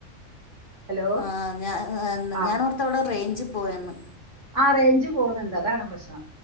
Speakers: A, on the right; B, on the left.
A: ഹലോ
B: ആഹ് ഞാൻ
A: ആ
B: ഞാനോർത്ത് അവ്ടെ റെയ്ഞ്ച് പോയെന്ന്
A: ആഹ് റേഞ്ച് പോണ് ണ്ട് അതാണ് പ്രശ്നം